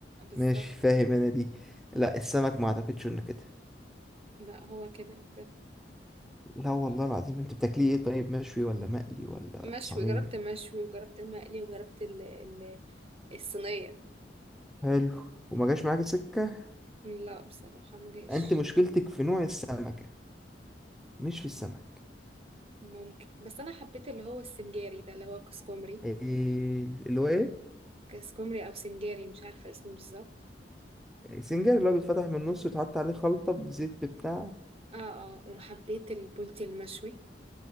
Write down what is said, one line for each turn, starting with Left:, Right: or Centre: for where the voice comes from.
Right: بالظبط
Centre: ماشي فاهم انا دي لا السمك ما اعتقدش انه كده
Right: لا هو كده
Centre: لا والله العظيم انت بتاكليه ايه طيب مشوي ولا مقلي ولا
Right: مشوي
Centre: صينيه
Right: جربت مشوي وجربت المقلي وجربت ال ال الصينية
Centre: حلو وما جاش معاك سكه
Right: لا بصراحة ما جاش
Centre: انت مشكلتك في نوع السمكه مش في السمك
Right: ممكن بس أنا حبيت اللي هو السنجاري ده اللي هو كسكومري
Centre: إيه اللي هو ايه
Right: كسكومري أو سنجاري مش عارفة اسمه بالظبط
Centre: سنجاري اللي هو بيتفتح من النص ويتحط عليه خلطة بزيت بتاع
Right: اه اه وحبيت البولتي المشوي